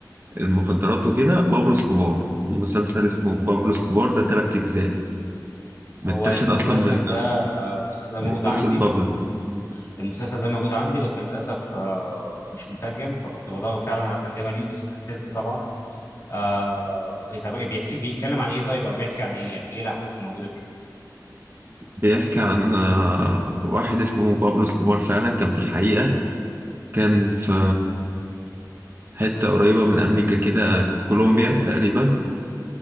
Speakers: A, on the right; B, on the left.
A: المخدرات وكده بابلو سكوبار مسلسل اسمه بابلو سكوبار ده تلات أجزاء متاخد
B: هو المسلسل
A: أصلا من
B: ده آه، المسلسل ده موجود
A: من
B: عندي
A: قصة
B: بس
A: بابلو
B: مم. المسلسل ده موجود عندي بس للأسف آه، مش مترجم فكنت بدور فعلا على ترجمة ليه بس كسلت طبعا آه، إيه، طب إيه بيحكي بيتكلم عن ايه طيب او بيحكي عن ايه يعني ايه الأحداث اللي موجودة فيه
A: بيحكي عن آه، واحد اسمه بابلو سكوبار فعلا كان في الحقيقة كان في حتة قريبة من أمريكا كده كولومبيا تقريبا